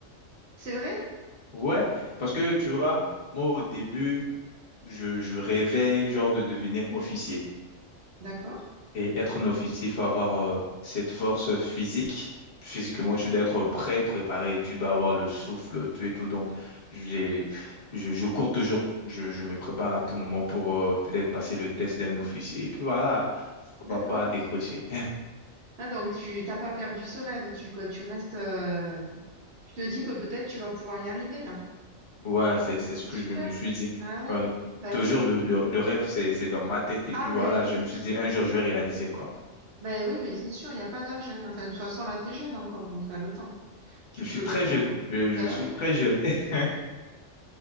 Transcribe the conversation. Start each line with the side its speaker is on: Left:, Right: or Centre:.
Right: C'est vrai?
Left: Ouais, parce que tu vois, moi au début, je, je rêvais genre de devenir officier.
Right: D'accord.
Left: Et être un officier, il faut avoir euh, cette force physique. Physiquement,
Right: Mm.
Left: tu dois être prêt, préparé, tu dois avoir le souffle, tout et tout. Donc, j'ai, je, je cours toujours. Je, je me prépare à tout moment pour euh, peut-être passer le test d'un officier. Et puis voilà, pourquoi
Right: D'accord.
Left: pas décrocher.
Right: Ah, donc tu t'as pas perdu ce rêve. Tu, quoi, tu restes. euh, tu te dis que peut-être tu vas pouvoir y arriver là.
Left: <laughs> Ouais, c'est, c'est ce
Right: C'est
Left: que
Right: super.
Left: je me suis dit.
Right: Ah ouais.
Left: Ouais.
Right: Ben
Left: Toujours
Right: oui.
Left: le, le, le rêve, c'est, c'est dans ma tête. Et
Right: Ah
Left: puis
Right: mais
Left: voilà, je
Right: oui.
Left: me suis dit, un jour, je vais réaliser, quoi.
Right: Ben oui, mais c'est sûr, il n'y a pas d'âge. hein. Enfin, de toute façon, là, t'es jeune encore, donc t'as le temps. Tu
Left: Je suis
Right: peux le
Left: très
Right: faire.
Left: jeune. Je,
Right: Ben
Left: je suis
Right: oui.
Left: très jeune. <laughs>